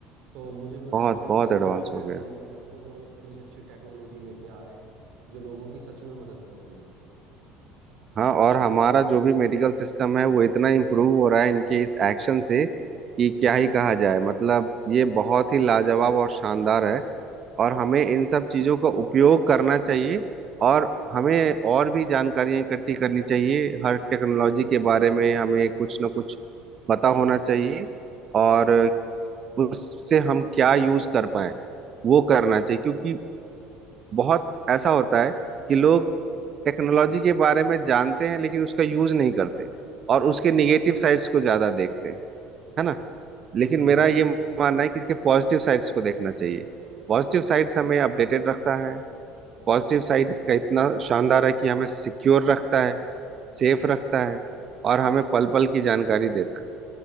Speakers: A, on the right; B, on the right.
A: तो मुझे मैं
B: बहुत
A: सल्यूट
B: बहुत
A: करता
B: एडवांस
A: हूँ भाई
B: हो
A: ऐसे
B: गया
A: इंजीनियर्स को जो इतनी अच्छी टेक्नोलॉजी लेके आ रहे हैं जो लोगों की सच में मदद कर रही है
B: हाँ और हमारा जो भी मेडिकल सिस्टम है वो इतना इम्प्रूव हो रहा है इनके इस एक्शन से कि क्या ही कहा जाए मतलब ये बहुत ही लाजवाब और शानदार है और हमें इन सब चीजों का उपयोग करना चाहिए और हमें और भी जानकारियां इकट्ठी करनी चाहिए हर टेक्नोलॉजी के बारे में हमें कुछ ना कुछ पता होना चाहिए और उससे हम क्या यूज कर पाए वो करना चाहिए क्योंकि बहुत ऐसा होता है कि लोग टेक्नोलॉजी के बारे में जानते हैं लेकिन उसका यूज नहीं करते और उसके निगेटिव साइड्स को ज्यादा देखते हैं है ना लेकिन
A: बिल्कुल
B: मेरा
A: बिल्कुल
B: ये मानना है कि इसके पॉजिटिव साइड्स को देखना चाहिए पॉजिटिव साइड्स हमें अपडेटेड रखता है पॉजिटिव साइड इसका इतना शानदार है कि हमें सिक्योर रखता है सेफ रखता है और हमें पल पल की जानकारी देता है